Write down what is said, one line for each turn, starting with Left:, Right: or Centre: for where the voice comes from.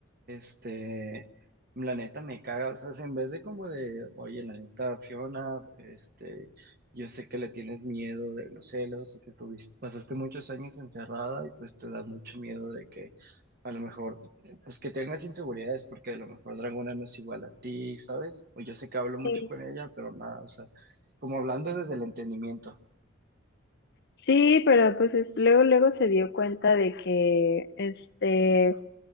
Right: Este, la neta me caga, o sea, si en vez de como de, oye, la neta, Fiona, este, yo sé que le tienes miedo de los celos, sé que estuviste, pasaste muchos años encerrada y pues te da mucho miedo de que a lo mejor, pues que tengas inseguridades porque a lo mejor Dragona no es igual a ti, ¿sabes? o yo sé que hablo mucho
Left: Sí.
Right: con ella, pero nada, o sea como hablando desde el entendimiento.
Left: Sí, pero pues es- luego, luego se dio cuenta de que, este,